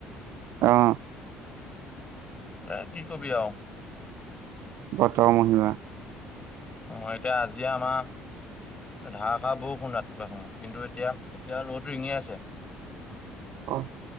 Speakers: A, on the right; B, on the left.
A: অহ।
B: হ কি কবি আও।
A: বতৰ মহিমা।
B: অ এতিয়া আজি আমাৰ ধাৰষাৰ বৰষুণ ৰাতিপুৱা সময়ত কিন্তু এতিয়া এতিয়া ৰ'দ ৰিঙি আছে।
A: অ